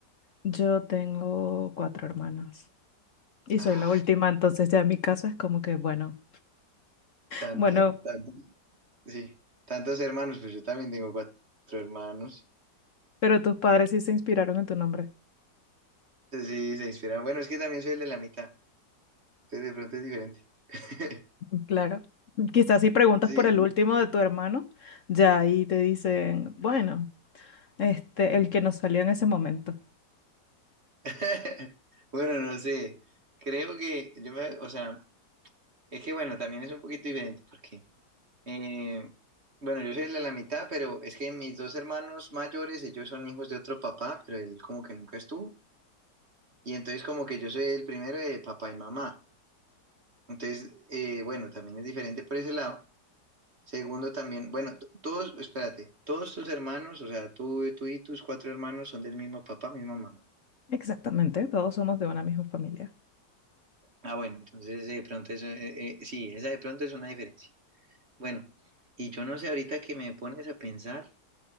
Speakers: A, on the left (about 50°); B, on the right (about 40°).
A: Yo tengo cuatro hermanas y
B: Ay,
A: soy la última, entonces ya en mi caso es como que, bueno,
B: tantos,
A: bueno,
B: tantos, sí, tantos hermanos, pues yo también tengo cuatro hermanos.
A: pero tus padres sí se inspiraron en tu nombre,
B: Sí, se inspiraron. Bueno, es que también soy el de la mitad. Sí, de pronto es diferente. <laughs>
A: mm, claro. Quizás si preguntas
B: Sí.
A: por el último de tu hermano, ya ahí te dicen, bueno, este, el que nos salió en ese momento.
B: <laughs> Bueno, no sé. Creo que yo me, o sea, es que bueno, también es un poquito diferente porque, eh, bueno, yo soy el de la mitad, pero es que mis dos hermanos mayores, ellos son hijos de otro papá, pero él como que nunca estuvo. Y entonces como que yo soy el primero de papá y mamá. Entonces, eh, bueno, también es diferente por ese lado. Segundo también, bueno, t- todos, espérate, todos tus hermanos, o sea, tú, tú y tus cuatro hermanos son del mismo papá, misma mamá.
A: Exactamente, todos somos de una misma familia.
B: Ah, bueno, entonces eh, de pronto eso, eh, eh, sí, esa de pronto es una diferencia. Bueno, y yo no sé, ahorita que me pones a pensar,